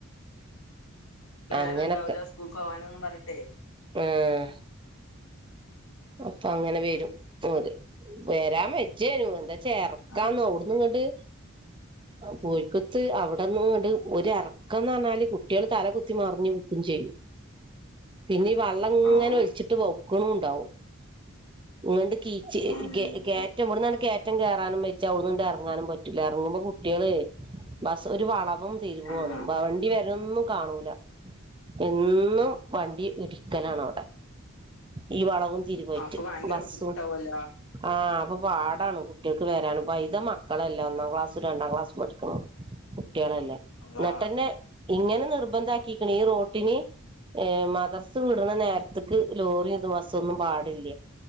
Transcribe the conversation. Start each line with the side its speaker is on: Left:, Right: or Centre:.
Left: നേരെണ്ടാവൂല്ല
Right: അങ്ങനൊക്കെ
Left: സ്കൂക്ക് പോവാനന്നും പറഞ്ഞിട്ടെ
Right: ആഹ് അപ്പൊ അങ്ങനെ വെരും. അതെ വരാൻ വെച്ചേനു, എന്താ ചേർക്കാന്ന്
Left: ആഹ്
Right: ഔട്ന്ന്ങ്ങണ്ട് പോഴിക്കുത്ത് അവിടെന്ന് അങ്ങോട്ട്‌ ഒരു ഇറക്കം എന്ന് പറഞ്ഞാല് കുട്ടികള് തല കുത്തി മറിഞ്ഞ് <unintelligible> ചെയ്യും പിന്നെ വെള്ളം ഇങ്ങനെ
Left: ആവൂ
Right: ഒലിച്ചിട്ട് <unintelligible> ഉണ്ടാവും വേണ്ട് കീച്ച്
Left: ആഹ്
Right: കേ കേറ്റം ഇവിടുന്ന് അങ്ങോ കേറാനും ബെജ്ജ അവിടന്ന് ഇങ്ങട്ട് ഇറങ്ങാനും പറ്റൂല്ല ഇറങ്ങുമ്പോ കുട്ടികളേ ബസ് ഒരു വള മൊത്തം തിരുവാണ്
Left: ആഹ്
Right: വണ്ടി വരുന്നേയൊന്നും കാണൂല എന്നും വണ്ടി ഇടിക്കലാണ് അവിടെ ഈ വളവും <unintelligible> പോയിട്ട്
Left: അപ്പൊ ഭയങ്കര
Right: ബസ്സും
Left: ബുദ്ധിമുട്ടാവല്ലോ
Right: ആ അപ്പൊ പാടാണ് കുട്ടികൾക്ക് വരാന് പൈതൽ മക്കളല്ലേ ഒന്നാം ക്ലാസ്സും രണ്ടാം ക്ലാസ്സും പഠിക്കണേ കുട്ടികളല്ലേ
Left: അള്ളാ
Right: പെട്ടെന്ന് ഇങ്ങനെ നിർബന്ധ ആക്കിക്കണ ഈ റോട്ടിന് ഏ മദർസ് വിടണ നേരത്തേക്ക് ലോറിത് ബസൊന്നും പാടി